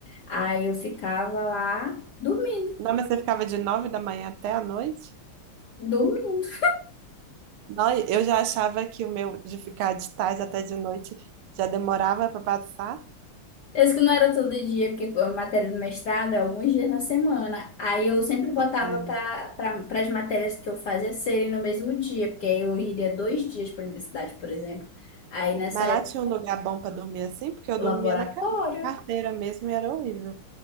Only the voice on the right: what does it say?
Não, mas você ficava de nove da manhã até a noite?
Não, eu já achava que o meu de ficar de tarde até de noite já demorava pra passar.
Ai,
Mas
lá tinha um lugar bom pra dormir assim, porque eu dormia
na ca- carteira mesmo e era horrível.